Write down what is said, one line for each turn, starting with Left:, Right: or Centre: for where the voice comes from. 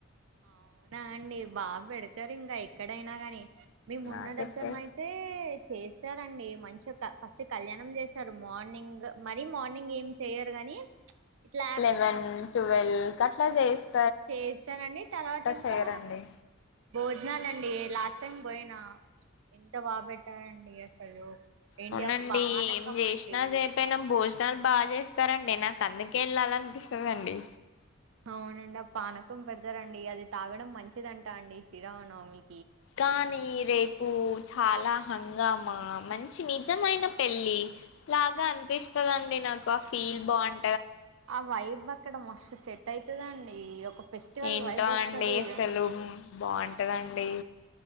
Right: అవునా అండి బాపెడతారు ఇంగఎక్కడైనా గాని మీ మొన్న
Left: నాకైతే
Right: దగ్గరన అయితే చేశారండి మంచుక ఫస్ట్ కళ్యాణం జేశారు మార్నింగ్ మరి మార్ని నింగ్ ఏం చెయ్యరు గాని ఇట్లా
Left: లేవెన్ టువెల్ కట్లా జేస్త
Right: చేస్తారండి తర్వాత ఇంకా
Left: చేయరండి
Right: భోజనాలండి లాస్ట్ టైం పోయిన ఎంత బాపెట్టారండి అసలు ఏంటి
Left: అవునండి
Right: ఆ పానకం
Left: ఏం జేసినా
Right: అండి
Left: చేయకపోయినా భోజనం ల్ బాగా చేస్తారండి నాకు అందుకే వెళ్ళాల అనిపిస్తుందండి
Right: అవునండి ఆ పానకం పెడతారండి అది తాగడం మంచిదంటా అండి శ్రీ రామానవమి
Left: కానీ రేపు చాలా హంగామా మంచి నిజమైన పెళ్ళి లాగా అనిపిస్తదండి నాకు బా ఫీల్ బాగుం
Right: ఆ వైబ్ అక్కడ మస్త్ సెట్ తైతదండి ఒక ఫెస్టివల్
Left: ఏంటో
Right: వైబ్ వస్తది
Left: అండి అసలు బాగుంటదండి డి